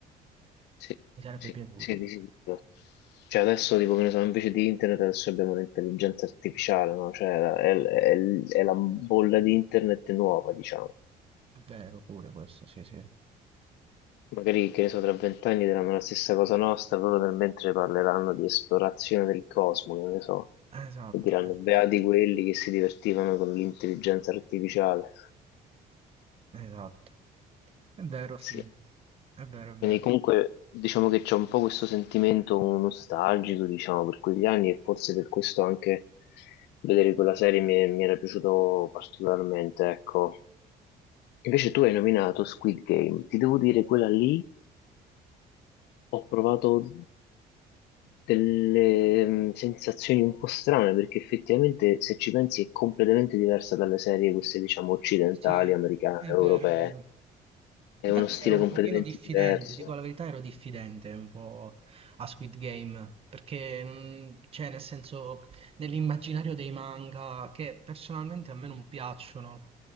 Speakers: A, on the left; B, on the right.
A: sì,
B: mi sarebbe
A: sì,
B: piaciuto.
A: sì, di sicuro. Cioè adesso, tipo, che ne so, invece di internet adesso abbiamo l'intelligenza artificiale, no? Cioè è, è- è la bolla di internet nuova, diciamo.
B: È vero pure questo, sì, sì.
A: Magari, che ne so, tra vent'anni diranno la stessa cosa nostra, loro nel mentre parleranno di esplorazione del cosmo, che ne so,
B: Esatto,
A: e diranno beati quelli che si divertivano con l'intelligenza artificiale.
B: esatto. È vero,
A: Eh,
B: sì.
A: sì.
B: È vero, è vero.
A: Quindi comunque diciamo che c'è un po' questo sentimento nostalgico, diciamo, per quegli anni e forse per questo anche vedere quella serie mi, mi era piaciuto particolarmente, ecco. Invece tu hai nominato Squid Game, ti devo dire quella lì Ho provato delle mm, sensazioni un po' strane perché effettivamente se ci pensi è completamente diversa dalle serie queste diciamo occidentali,
B: Sì,
A: americane,
B: è
A: europee.
B: vero, è vero.
A: È
B: Infatti
A: uno stile
B: io ero un
A: completamente
B: pochino diffidente,
A: diverso.
B: dico la verità, ero diffidente un po' a Squid Game, perché mm, cioè nel senso nell'immaginario dei manga che personalmente a me non piacciono,